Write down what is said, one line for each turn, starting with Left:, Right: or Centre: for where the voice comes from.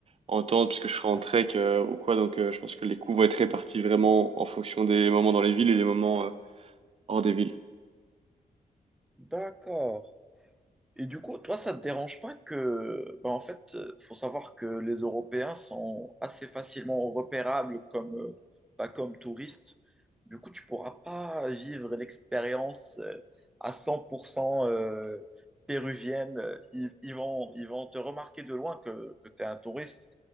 Right: en tente, puisque je serai en trek euh, ou quoi. Donc, euh, je pense que les coûts vont être répartis vraiment en fonction des moments dans les villes et les moments euh, hors des villes.
Centre: d'accord. Et du coup, toi, ça te dérange pas que, ben, en fait, euh, faut savoir que les Européens sont assez facilement repérables comme, euh, pas comme touristes. Du coup, tu pourras pas vivre l'expérience euh, à 100% euh, péruvienne. Ils, ils vont, ils vont te remarquer de loin que, que tu es un touriste.